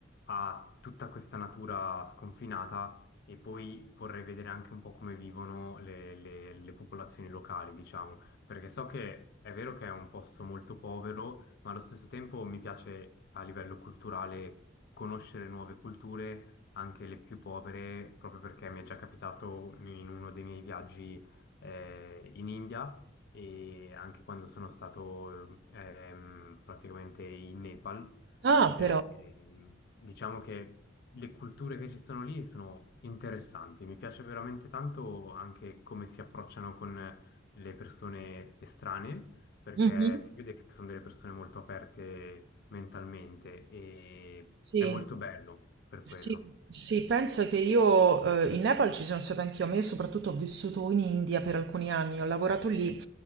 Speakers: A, on the left; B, on the right.
A: ha tutta questa natura sconfinata e poi vorrei vedere anche un po' come vivono le, le- le popolazioni locali, diciamo, perché so che è vero che è un posto molto povero, ma allo stesso tempo mi piace a livello culturale conoscere nuove culture anche le più povere, proprio perché mi è già capitato in uno dei miei viaggi eh, in India e anche quando sono stato ehm, praticamente in Nepal.
B: Ah,
A: Eh,
B: però.
A: ehm, diciamo che le culture che ci sono lì sono interessanti. Mi piace veramente tanto anche come si approcciano con le persone estranee, perché
B: Mhm. Mhm.
A: si vede che sono delle persone molto aperte mentalmente e
B: Sì.
A: è molto bello per
B: Sì,
A: quello.
B: sì, pensa che io eh, in Nepal ci sono stata anch'io, ma io soprattutto ho vissuto in India per alcuni anni, ho lavorato lì,